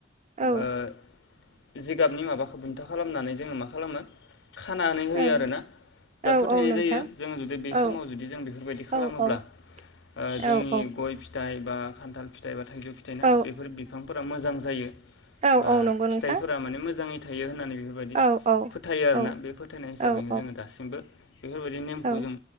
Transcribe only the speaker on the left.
ओ जिगाबनि माबाखौ बुन्था खालामनानै जोङो मा खालामो खानानै
होयो आरोना
जा फोथायनाय
जायो जोङो जुदि बे
समाव जुदि जों बेफोरबायदि
खालामोब्ला
ओ
जोंनि गय फि फिथाइ बा खान्थाल फिथाइ बा थाइजौ फिथाइ
ना बेफोर बिफांफोरा मोजां जायो
बा
फिथाइफोरा
माने मोजाङै थायो होननानै बेखौ बेफोरबायदि
फोथायो आरोना
बे फोथायनाय हिसाबैनो
जोङो दासिमबो बेफोरबायदि नेमखौ
जों